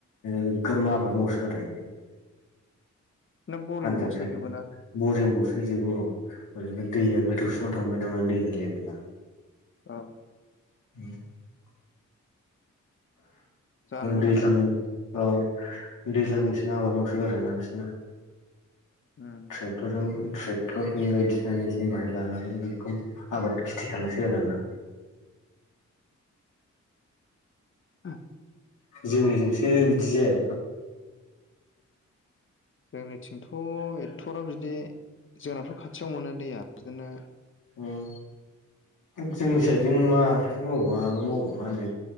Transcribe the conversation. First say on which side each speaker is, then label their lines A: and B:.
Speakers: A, on the left; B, on the left.
A: गोगोम आबाद मावसो गारो बेखै
B: नों बरिं
A: फान्जाब
B: बसायजोबो
A: साइदखै
B: ना
A: बरिंबो फैजोबो बेबा दैया गोथौसिनाव थांबाय नामा दैनि लेभेला
B: औ।
A: <unintelligible>
B: जानोबो
A: दैज्लाङो
B: हानाय
A: औ। दैज्लां मेसें आबाद मावसो गारोना बिसोरना
B: उम
A: ट्रेक्टरजों ट्रेक्टरनि बायदिसिना मेचन बाहायलानानै बेखौ आबाद खिथि खालायसै गारो आरोना
B: <unintelligible>
A: जोंनिजोंसो बिदि जाया।
B: जोंनिथिंथ' एथ'रा बिदि जोंनाथ' खाथियाव मोनो दैया। बिदिनो
A: उम जोंनि साइडजों नंङा है मावा आ' मावा मा होनो